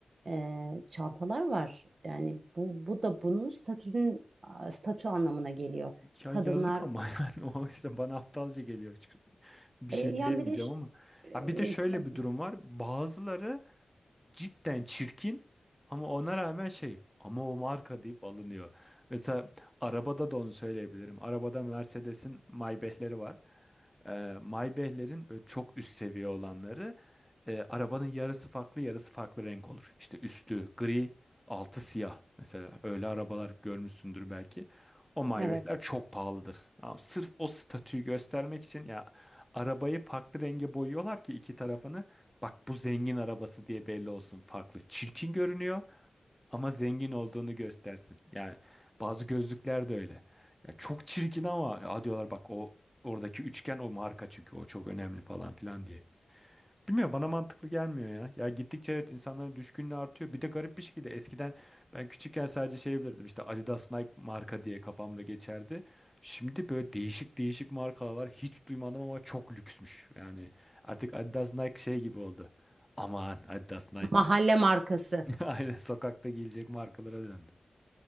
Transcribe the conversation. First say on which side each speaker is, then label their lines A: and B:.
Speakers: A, on the right (about 55°); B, in the centre.
A: e, çantalar var. Yani bu, bu da bunun statünün a, statü anlamına geliyor.
B: Ya
A: Kadınlar
B: yazık ama <laughs> yani o yüzden bana aptalca geliyor bir
A: e,
B: şey
A: yani
B: diyemeyeceğim
A: bir de ş-
B: ama.
A: e,
B: Ya bir de şöyle
A: tab-
B: bir durum var. Bazıları cidden çirkin ama ona rağmen şey ama o marka deyip alınıyor. Mesela arabada da onu söyleyebilirim. Arabada Mercedes'in Maybach'leri var. Ee, Maybach'lerin böyle çok üst seviye olanları e, arabanın yarısı farklı yarısı farklı renk olur. İşte üstü gri altı siyah mesela öyle arabalar görmüşsündür belki. O Maybach'ler
A: evet
B: çok pahalıdır. Ama sırf o statüyü göstermek için ya arabayı farklı renge boyuyorlar ki iki tarafını Bak bu zengin arabası diye belli olsun farklı. Çirkin görünüyor ama zengin olduğunu göstersin. Yani bazı gözlükler de öyle. Ya çok çirkin ama ya diyorlar bak o oradaki üçgen o marka çünkü o çok önemli falan filan diye. Bilmiyorum bana mantıklı gelmiyor ya. Ya gittikçe evet insanların düşkünlüğü artıyor. Bir de garip bir şekilde eskiden ben küçükken sadece şey bilirdim işte Adidas Nike marka diye kafamda geçerdi. Şimdi böyle değişik değişik markalar var. Hiç duymadım ama çok lüksmüş. Yani artık Adidas Nike şey gibi oldu. Aman Adidas Nike.
A: mahalle markası.
B: <laughs> Aynen sokakta giyilecek markalara döndü.